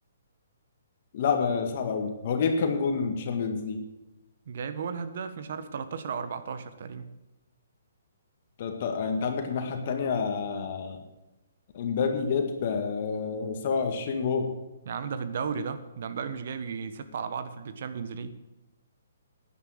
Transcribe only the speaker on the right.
جايب هو الهداف مش عارف 13 او 14 تقريبا
يا عم ده في الدوري ده ده مبابي مش جايب يجي ستة على بعض في التشامبيونز ليج